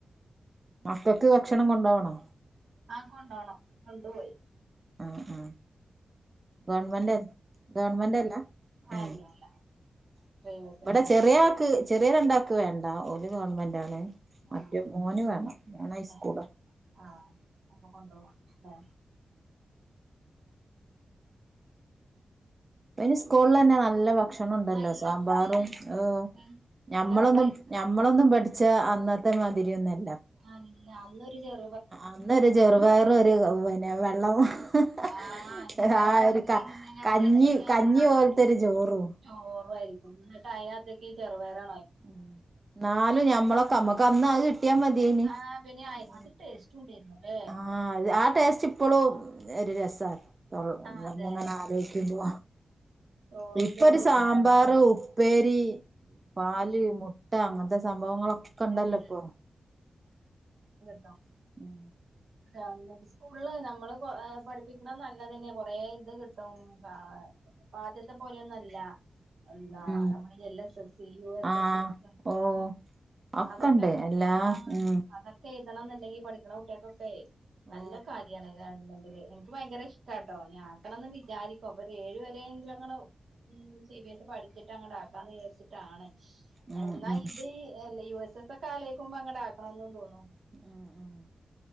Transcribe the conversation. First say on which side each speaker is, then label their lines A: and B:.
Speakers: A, on the right (about 30°); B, on the right (about 75°).
A: മക്കക്ക് ഭക്ഷണം കൊണ്ടോണോ
B: ആ കൊണ്ടോണം കൊണ്ടു പോയി
A: ആഹ് ആഹ് ഗവൺമെന്റ് ഗവമെന്റ്ല്ല എ
B: അല്ല അല്ല പ്രൈവറ്റാണ്
A: ഇവിടെ ചെറിയ ആക്ക് ചെറിയ രണ്ടാക്ക് വേണ്ട ഒ ഒൽ ഗവൺമെന്റ് ആണ് മറ്റും
B: ആഹ്
A: ഓന് വേണം ഹൈസ്കൂള
B: ആഹ് ആഹ് അപ്പൊ കൊണ്ടോവും ല്ലേ
A: അയിൻ സ്കൂൾ അന്നെ നല്ല ഭക്ഷണം ഭക്ഷണ്ടല്ലോ
B: നല്ല
A: സാമ്പാറും
B: ഉം
A: ഒ
B: ഉം
A: നമ്മളൊന്നും
B: നല്ല രസേര്ന്നു
A: ഞമ്മളൊന്നും പഠി പക്ഷെ അന്നത്തെമാതിരി ന്നുല്ല
B: അല്ല <unintelligible>
A: അന്നരു ചെറുപയറും ഒരു <unintelligible> പിന്നെ വെള്ളം ഹ
B: ആഹ് എന്നിട്ട്
A: ഹ ഹ് ആ
B: ബക്കറ്റില്
A: ഒരു ക
B: ഇങ്ങനെ
A: കഞ്ഞി
B: വരെ നിക്കാ
A: കഞ്ഞി പോലത്തെരു ചോറും
B: ചോറും എന്നിട്ട് അയാത്തക്ക് ചെറു പയ് റ്
A: ഉ നാലും ഞമ്മളൊക്കെ നമ്മക്ക് അന്ന് അത് കിട്ടിയാ മതിയേന്
B: ആഹ് പിന്നെ
A: ഏ
B: അത് ടേസ്റ്റും ഉണ്ടായിരുന്നു ല്ലേ
A: ആ അ ആ ടേസ്റ്റ് ഇപ്പോളും എ രസാ <unintelligible>
B: ആഹ് അതെ
A: അങ്ങനെ ആലോചിക്കുമ്പോ
B: ആഹ് ചോറും
A: ഇപ്പൊ
B: ചെറുപയറും
A: ഒരു സാമ്പാറ് ഉ പ്പേരി പാല്,
B: ഉം
A: മുട്ട അങ്ങനത്തെ സംഭവങ്ങളൊക്കെണ്ടല്ലോ
B: എല്ലാം ഉണ്ട്
A: ഇപ്പൊ
B: ട്ടും
A: ഉം
B: ഗവൺമെന്റ് സ്കൂള് നമ്മള് പഠിപ്പിക്കണം നല്ലതന്നെ കൊറെേ ഇത് കിട്ടും ഇപ്പം ആദ്യത്തെ പോലെയൊന്നല്ല എന്താ
A: ഉം
B: നമ്മള് L S S, U S
A: ആഹ്
B: S അതൊ
A: ഓ ഒക്കെണ്ട്
B: അതൊക്കെ ഉം
A: എല്ലാ
B: ആ
A: ഉം
B: അതൊക്കെ പഠിക്കണന്നുണ്ടെങ്കി പഠിക്കണ കുട്ട്യാക്കൊക്കെ നല്ല
A: ഓ
B: കാര്യാണ് ഗവൺമെന്റില് എനിക്ക് ഭയങ്കര ഇഷ്ട ട്ടോ ഞാൻ ആക്കണന്ന് വിചാരിക്കും അപ്പൊ ഒരു ഏഴ് വരെയങ്കിലും അങ്ങനെ ഉം സി ബി എസ് സി പഠിച്ചിട്ട് അങ്ങട്ട് ആ ക്കാന്ന് വിചാരിച്ചിട്ടാണ്
A: ഉം
B: എന്നാ
A: ഉം ഉം
B: ഇത് എല്ല യു എസ് എസ് ക്കെ ആലോയ്ക്കുമ്പോ അങ്ങട് ആക്കണോന്നും തോന്നും
A: ഉം ഉം